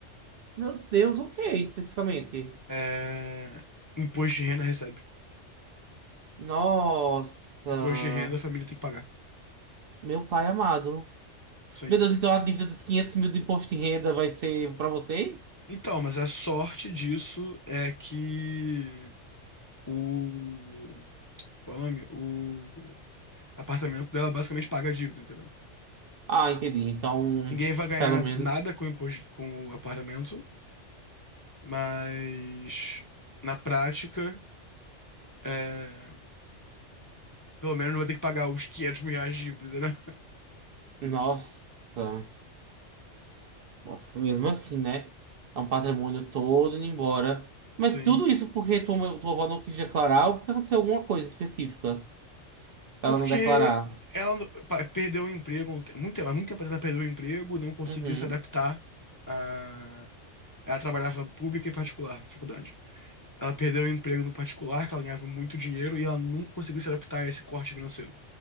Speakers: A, on the right (about 60°); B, on the left (about 25°).
A: Meu Deus, o que especificamente?
B: É, imposto de renda recebe.
A: Nossa,
B: Imposto de renda a família tem que pagar.
A: meu pai amado.
B: Sim.
A: Meu Deus, então a dívida dos 500 mil do imposto de renda vai ser para vocês?
B: Então, mas a sorte disso é que o, qual é o nome? O apartamento dela basicamente paga a dívida, entendeu?
A: Ah, entendi. Então,
B: Ninguém vai ganhar
A: pelo menos.
B: nada com o imposto, com o apartamento, mas na prática, é, pelo menos não vai ter que pagar os 500 mil reais de dívida, entendeu?
A: Nossa, nossa, mesmo assim, né? É um patrimônio todo indo embora.
B: <laughs>
A: Mas
B: Sim.
A: tudo isso porque tua, tua avó não quis declarar ou porque aconteceu alguma coisa específica pra
B: Porque
A: ela não declarar.
B: ela não- pa- perdeu o emprego, há um te- muito tempo, há muito tempo atrás ela perdeu o emprego, não conseguiu
A: Uhum.
B: se adaptar a... Ela trabalhava pública e particular, faculdade. Ela perdeu o emprego no particular, que ela ganhava muito dinheiro, e ela nunca conseguiu se adaptar a esse corte financeiro,